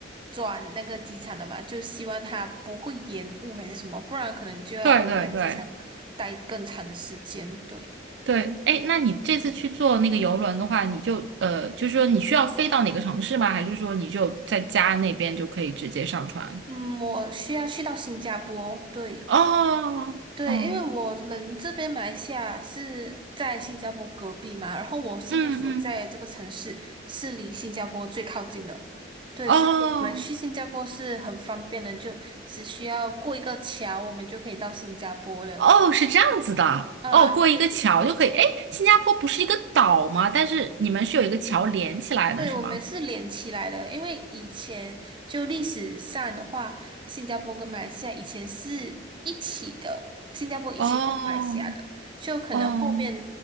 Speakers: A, on the right; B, on the right.
A: 转那个机场了嘛，就希望他不会延误还是什么，不然可能就要在机场待更长的时间。
B: 对对对
A: 对，
B: 对，哎，那你这次去坐那个游轮的话，你就呃，就是说你需要飞到哪个城市吗？还是说你就在家那边就可以直接上船？
A: 嗯，我需要去到新加坡，对，
B: 哦哦。
A: 对，因为我们这边马来西亚是在新加坡隔壁嘛，然后我现在所在的这个城市是离新加坡最靠近的，
B: 嗯嗯，
A: 对，
B: 哦
A: 所以我们去新加坡是很方便的，就只需要过一个桥，我们就可以到新加坡了。
B: 哦，是这样子的，
A: 啊，
B: 哦，过一个桥就可以。
A: 对，
B: 哎，新加坡不是一个岛吗？但是你们是有一个桥连起来的，
A: 对，
B: 是吗？
A: 我们是连起来的，因为以前就历史上的话，新加坡跟马来西亚以前是一起的，新加坡以前也是马来西亚的，
B: 哦
A: 就可能后面，
B: 哦